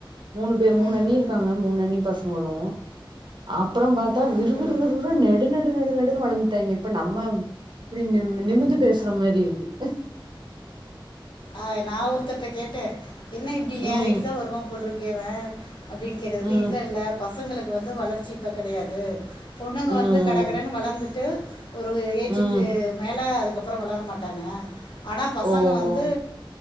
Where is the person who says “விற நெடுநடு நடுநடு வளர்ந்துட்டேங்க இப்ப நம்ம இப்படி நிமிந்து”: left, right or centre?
Right